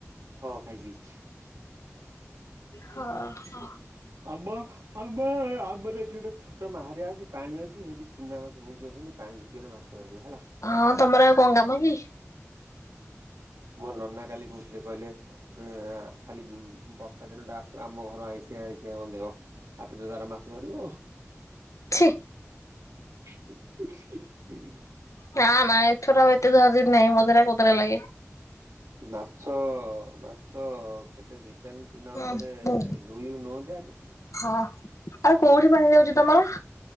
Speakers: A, on the right (about 75°); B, on the left (about 75°).
A: ହ ଖାଇ ଶିକିଚି।
B: ହଁ ହ।
A: ଆମ ଆମ ଆମର ଏଠି ଓଟେ ପୋଟ ବାହାରିଆ ଅଛି ପାଣି ଅଛି ସେଠି ଚୁନା ମାଛ ବୋହୁତୁ ଅଛନ୍ତି ପାଣି ଶୁକିଗଲେ ମାଛ ବାହାରିବେ ହେଲା।
B: ହଁ ତମର ଆଉ କଣ କାମ କି।
A: ମୋ ନନା କାଲି କୋହୁଥିଲେ କହିଲେ ଏଁ ଖାଲି ବର୍ଷା ଦିନ ଟା ଆସୁ ଆମ ଘର ଆଇଁଶିଆ ଆଇଁଶିଆ ଗନ୍ଧେଇବ। ହାପି ତ ତାର ମାଛ ଧରିବ ଆଉ।
B: ଛି।
A: ଁ <inaudible>
B: ନା ନା ଏଥର ଆଉ ଏତେ ଧରା ଧରି ନାହିଁ ମୋଦରା କୋତରା ଲାଗେ।
A: ମାଛ ମାଛ କେତେ ବି ଯେମିତି ଚୁନା
B: ହୁଁ
A: ମାଛରେ ଡୁ ୟୁ ନୋ ଦାଟ?
B: ହଁ ଆରେ କୋଉଠି ପାଣି ଯାଉଚି ତମର?